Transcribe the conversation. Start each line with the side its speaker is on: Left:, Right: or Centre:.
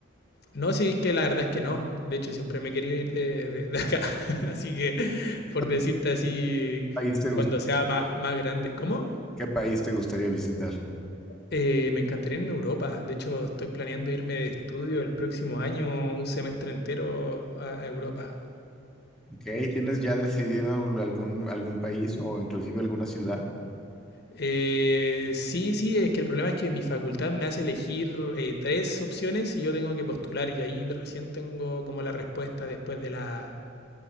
Left: No, sí, que la verdad es que no, de hecho siempre me he querido ir de, de- de acá, <laughs> así que por
Centre: ¿Qué
Left: decirte así,
Centre: país te gust-
Left: cuando sea ma- más grande, ¿cómo?
Centre: qué país te gustaría visitar?
Left: Eh, me encantaría irme a Europa. De hecho, estoy planeando irme de estudio el próximo año, un semestre entero a, a Europa.
Centre: Ok, ¿tienes ya decidido algún, algún país o inclusive alguna ciudad?
Left: Eh, sí, sí, es que el problema es que mi facultad me hace elegir eh, tres opciones y yo tengo que postular y ahí recién tengo como la respuesta después de la,